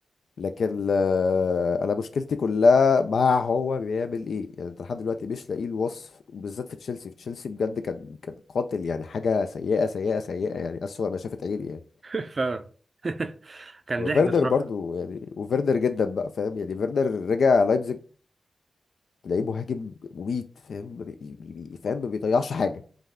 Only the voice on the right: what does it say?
<laughs> فعلا <laughs> كان
ضحك بصراحة